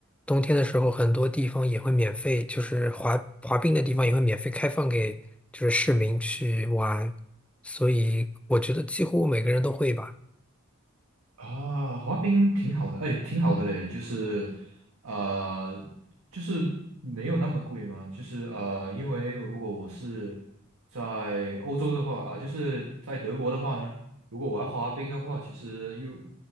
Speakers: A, in the centre; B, on the right (about 80°).
A: 冬天的时候，很多地方也会免费，就是滑滑冰的地方也会免费开放给就是市民去玩，所以我觉得几乎每个人都会吧。
B: 啊，滑冰挺好的，哎，挺好的嘞，就是呃，就是没有那么贵嘛，就是呃，因为如果我是在欧洲的话啊，就是在德国的话呢，如果我要滑冰的话，其实又